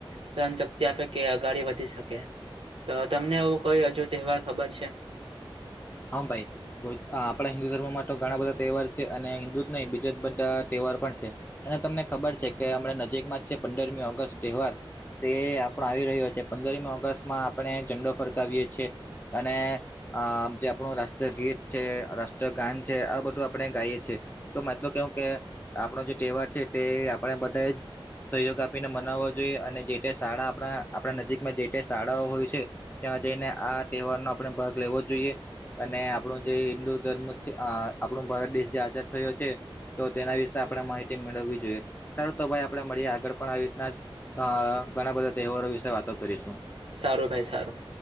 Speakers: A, on the right (about 75°); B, on the left (about 20°).
A: સહન શક્તિ આપે કે અગાડી વધી શકે તો તમને એવું કોઈ હજુ તહેવાર ખબર છે.
B: હા ભાઈ. આપણા હિન્દુ ધર્મમાં તો ઘણા બધા તહેવાર છે અને હિન્દુ જ નહીં બીજા બધા તહેવાર પણ છે. અને તમને ખબર છે કે હમણાં નજીક માં જ છે પંદરમી ઓગસ્ટ તહેવાર. તે આપણો આવી રહ્યો છે પંદરમી ઓગસ્ટમાં આપણે ઝંડો ફરકાવીએ છીએ. અને અ જે આપણું રાષ્ટ્રીય ગીત છે રાષ્ટ્રગાન છે આ બધું આપણે ગાઈએ છીએ. તો મત તો કેવું કે આપણ જે તહેવાર છે તે આપણે બધે જ સહયોગ આપીને મનાવવો જોઈએ અને જે તે શાળા આપણા આપણા નજીકમાં જે તે શાળાઓ હોય છે. ત્યાં જઈને આ તહેવારનો આપણે ભાગ લેવો જોઈએ. અને આપણો જે હિન્દુ ધર્મ છે આ આપણો ભારત દેશ જે આઝાદ થયો છે. તો તેના વિશે આપણે માહિતી મેળવી જોઈએ સારું તો ભાઈ આપણે મળીએ આગળ પણ આવી રીતના જ અ ઘણા બધા તહેવારો વિશે વાતો કરીશું.
A: સારું ભાઈ સારું.